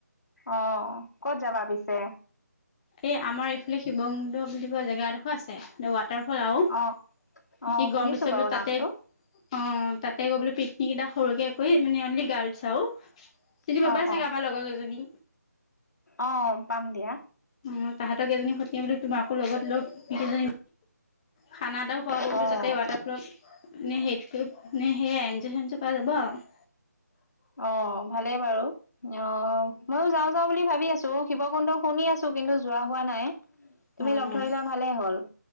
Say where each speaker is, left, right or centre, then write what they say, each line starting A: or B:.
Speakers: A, on the left (about 65°); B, on the left (about 20°).
A: অ কত যাবা পিছে।
B: এই আমাৰ এইফালে শিৱ মুন্দ বুলি কোৱা জেগা এডোখো আছে দেৱাত। তাৰ ফল আৰুও
A: অ' অ'
B: কি
A: শুনিছো
B: গম দিচা
A: বাৰু
B: বোলে তাতে,
A: নামটো।
B: অ তাতে গৈ বোলো পিকনিক এটা সৰুকে কৰি মানে অনলি গাৰ্লছ আৰুও, চিনি
A: অ',
B: পাবাই
A: অ',
B: চাগে আমাৰ লগৰ কেজনী।
A: অ পাম দিয়া।
B: অ তাহাঁতক এইজনী সতীয়া বুলি তোমাকো লগত লেই খানা দও খোৱাব
A: অ',
B: বোৱা তাতে ৱাটাৰ ফলক নে হেৰিত কৰি নে সে এনজয় চেনজয় কৰা যাব আৰু
A: অ, ভালেই বাৰু অ, ময়ো যাওঁ যাওঁ বুলি ভাবি আছো। শিৱকুণ্ড শুনি আছো কিন্তু যোৱা হোৱা নাই
B: আৰু
A: তুমি লগ ধৰিলা
B: অ
A: ভালেই হ'ল।